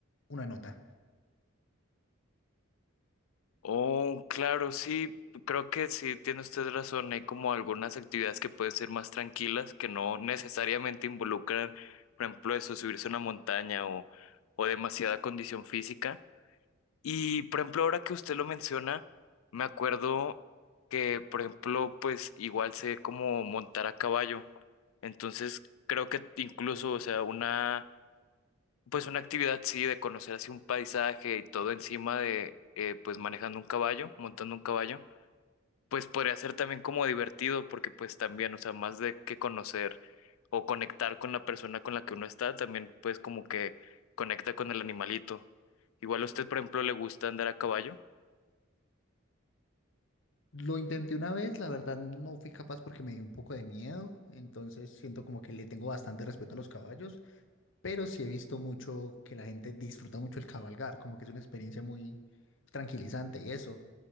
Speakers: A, on the left; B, on the left.
A: una nota.
B: Oh, claro, sí, creo que sí, tiene usted razón, hay como algunas actividades que pueden ser más tranquilas, que no necesariamente involucran, por ejemplo, eso, subirse a una montaña o o demasiada condición física Y por ejemplo, ahora que usted lo menciona, me acuerdo que, por ejemplo, pues igual sé cómo montar a caballo. Entonces, creo que incluso, o sea, una, pues una actividad, sí, de conocer así un paisaje y todo encima de, eh, pues manejando un caballo, montando un caballo, pues podría ser también como divertido, porque pues también, o sea, más de que conocer o conectar con la persona con la que uno está, también pues como que conecta con el animalito. Igual a usted, por ejemplo, le gusta andar a caballo.
A: Lo intenté una vez, la verdad no fui capaz porque me dio un poco de miedo, entonces siento como que le tengo bastante respeto a los caballos, pero sí he visto mucho que la gente disfruta mucho el cabalgar, como que es una experiencia muy tranquilizante y eso.